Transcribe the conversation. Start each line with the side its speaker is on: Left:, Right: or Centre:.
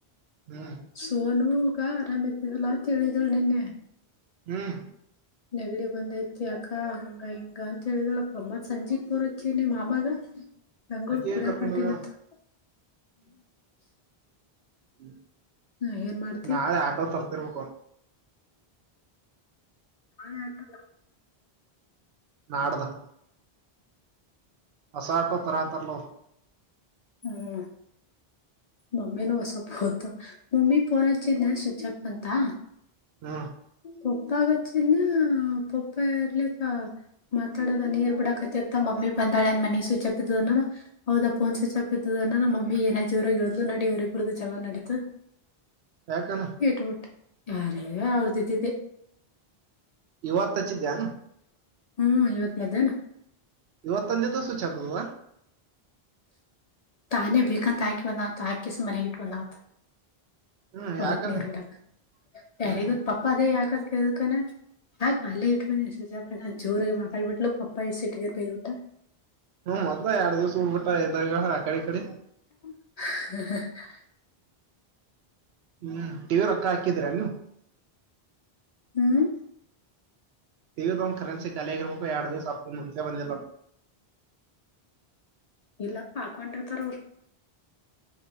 Right: ಹ್ಮ್
Left: ಸೋನುಗ ಆರಾಮ್ ಇದ್ದಿದಲ್ಲಾ ಹೇಳಿದಳು ನಿನ್ನೆ.
Right: ಹ್ಮ್
Left: ನೆಗಡಿ ಬಂದೈತಿ ಅಕ್ಕ ಹಂಗ ಹಿಂಗ ಅಂತ ಹೇಳಿದಳಪ್ಪ ಅಮ್ಮತ್ ಸಂಜೆ ಫೋನ್ ಹಚ್ಚಳ ನಿಮ್ಮ ಮಾಮಾಗ. ಬೆಂಗಳೂರ್
Right: ಅಕಿ
Left: ಬಿಡಕ್
Right: ಕರ್ಕೊಂಡ್
Left: ಹೊಂಟೀನಂತಹ್ಮ್
Right: ಹೋಗ್ಯಾಳ ಹ್ಮ
Left: ನಾ ಏನ್ ಮಾಡ್ತಿ
Right: ನಾಳೆ ಆಟೋ ತರ್ತಿರ್ಬೇಕು.
Left: ಹಾ ಆಟೋ.
Right: ನಾಡಿದು. ಹೊಸ ಆಟೋ ತರತಾರಲ್ಲ ಅವ್ರು
Left: ಹ್ಮ್. ಮಮ್ಮಿನ ಹೊಸ ಫೋನ್ ಮಮ್ಮಿಗೆ ಫೋನ್ ಹಚ್ಚಿದ್ನ ಸ್ವಿಚ್ಪ್ ಬಂತಾ.
Right: ಹ್ಮ
Left: ಕೊಪ್ಪಾಗಚ್ಚಿನ ಪಪ್ಪ ಇರ್ಲಿಕ್ಕಾ. ಮಾತಾಡೋ ನೀರ್ ಬಿಡ ಕತ್ತ ಮಮ್ಮಿ ಬಂದಾಳೆ ಅನ್ ಮನೆಗ್ ಸ್ವಿಚ್ಪ್ ಆಫ್ ಇದ್ರೂನು. ಹೌದಾ ಫೋನ್ ಸ್ವಿಚ್ ಅಪ್ ಇದ್ದುದುನು ನಮ್ಮನ ಜೋರಾಗ ಹೇಳ್ದ್ ನಡಿ ಅವ್ರರಿಬ್ಬರುದ ಜಗಳ ನೆಡೆತು.
Right: ಯಕೆ
Left: ಇಟ್ಬಿಟ್ಟು ಹರೇ ಅವತ್ತು ಇಟ್ಟಿದ್ದೆ.
Right: ಇವತ್ ಹಚ್ಚಿದ್ಯಾನ
Left: ಹ್ಮ್ ಇವತ್ ಮದ್ಯಾಹ್ನ
Right: ಇವತ್ತು ಒಂದು ಸ್ವಿಚ್ ಆಫ್ ಅಲ್ವಾ.
Left: ತಾನೇ ಬೇಕಂತ ಹಾಕಿ ಬಂದ್ತ ಹಾಕಿಸ ಮನೆಯಗ ಇಟ್ಟು ಬಂದಾಳಾಂತ.
Right: ಹ್ಮ್
Left: ಹೊಲಕ್
Right: ಯಾಕನ
Left: ನೀರ್ ಬಿಡಾಕ್
Right: ಹ್ಮ್
Left: ಯಾರಿಗತ್ ಪಪ್ಪ ಅದೇ ಯಾಕದ ಕೇಳುತ್ತಾನೆ. ಬಾ ಅಲ್ಲೇ ಇಟ್ <unintelligible> ಜೋರಿಗೆಗೆ ಮಾತಾಡ್ಬಿಟ್ಲು ಪಪ್ಪಾ ಎ ಸಿಟಗರ್ ಬಯ್ ಬಿಟ್ಟಾ.
Right: ಹ್ಮ್ ಮೊದ್ ಎರಡ್ ದಿವ್ಸ ಊರ್ ಬಿಟ್ಟಾ ಇದ್ದ ಆಕಡೆ ಈಕಡೆ
Left: <inaudible>
Right: ಹ್ಮ್ ಟಿವಿ ರೊಕ್ಕ ಹಾಕಿದ್ರ ನೀವು.
Left: ಹ್ಮ್
Right: ಇರೋದು ಒಂದು ಕರೆನ್ಸಿಖಾಲಿಯಾಗಿಬೇಕು ಎರಡು ದಿವಸ ಅಪ್ಪು ಮುಂಚೆ ಬಂದಿಲ್ಲ.
Left: ಇಲ್ಲ ಹಾಕೊಂಡಿರ್ತಾರ ಅವ್ರು.